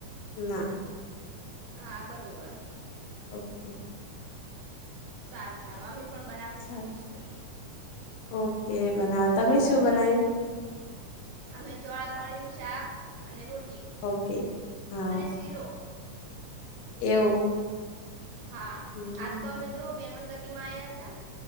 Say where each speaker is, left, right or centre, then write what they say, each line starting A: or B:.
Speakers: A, on the left; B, on the right.
A: ના.
B: આ બરોબર.
A: ઓકે
B: સારું સારું અમે પણ બનાવતા
A: સારું
B: શીખીશું.
A: ઓકે બનાવો તમે શું બનાય્યું?
B: અમે ચોળાફળી નું શાક અને રોટલી
A: ઓકે હા
B: ચીરો
A: એવું
B: હા
A: હમ
B: આજ તો અમે જોઓ બેમનગતિ માં આયા હતા